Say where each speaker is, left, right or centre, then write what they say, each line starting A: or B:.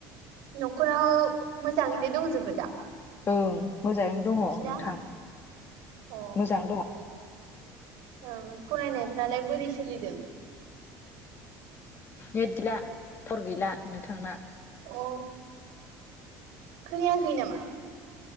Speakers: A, on the right; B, on the left.
A: न'खराव मोजाङैनो दंजोबो दा?
B: ओं मोजाङैनो
A: नोंसिना?
B: दङ नोंथां
A: अ
B: मोजाङै दङ।
A: ओं फरायनायफ्रालाय बोरै सोलिदों?
B: नेट गैला टावार गैला नोंथांना।
A: अ खोनायाखै नामा?